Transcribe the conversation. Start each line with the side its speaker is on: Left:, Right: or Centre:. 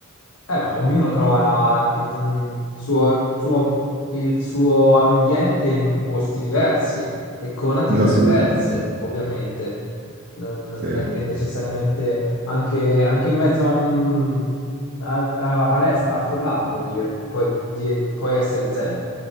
Left: Eh, ma ognuno trova il suo, suo- il suo ambiente in posti diversi e con attività
Right: No, Assolutamente.
Left: diverse, ovviamente. Non, non
Right: Sì.
Left: è che necessariamente anche, anche in mezzo a, un- a- a una palestra affollata puoi, dire- puoi, dire- puoi essere zen.